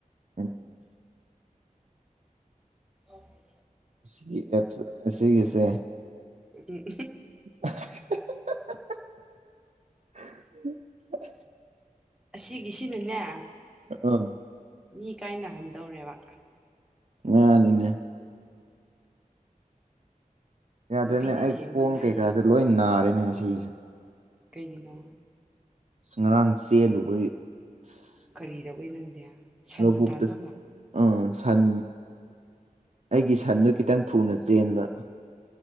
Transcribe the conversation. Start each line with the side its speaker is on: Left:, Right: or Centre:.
Right: ꯑꯝ
Centre: <unintelligible>
Right: ꯁꯤ ꯑꯦꯞꯁ ꯑꯁꯤꯒꯤꯁꯦ
Centre: ꯎꯝ
Right: <unintelligible>
Centre: ꯑꯁꯤꯒꯤꯁꯤꯅꯅꯦ
Right: ꯑ
Centre: ꯃꯤ ꯀꯥꯏꯅꯍꯟꯗꯧꯔꯦꯕ
Right: ꯉꯥꯅꯤꯅꯦ ꯌꯥꯗ꯭ꯔꯦꯅꯦ
Centre: ꯅꯨꯄꯤꯗꯤ
Right: ꯑꯩ
Centre: ꯊꯦꯝꯕ
Right: ꯈꯣꯡ
Centre: ꯂꯥꯏꯌꯦ
Right: ꯀꯩꯀꯥꯁꯦ ꯂꯣꯏ ꯅꯥꯔꯦꯅꯦ ꯉꯁꯤꯁꯦ
Centre: ꯀꯩꯒꯤꯅꯣ
Right: ꯉꯔꯥꯡ ꯆꯦꯜꯂꯨꯕꯒꯤ ꯑꯁ
Centre: ꯀꯔꯤꯗꯧꯕꯩ ꯅꯪꯗꯤ ꯁꯟꯅ
Right: ꯂꯧꯕꯨꯛꯇ
Centre: ꯇꯥꯟꯅꯕ
Right: ꯑꯥ ꯁꯟ ꯑꯩꯒꯤ ꯁꯟꯗꯣ ꯈꯤꯇꯪ ꯊꯨꯅ ꯆꯦꯟꯕ